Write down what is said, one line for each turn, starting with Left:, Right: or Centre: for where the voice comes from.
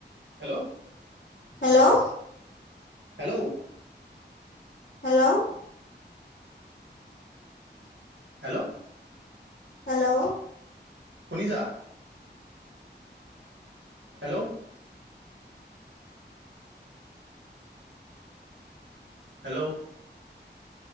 Right: hello!
Left: Hello
Right: hello
Left: hello.
Right: Hello.
Left: Hello.
Right: শুনিছা? হেল্ল'। হেল্ল'।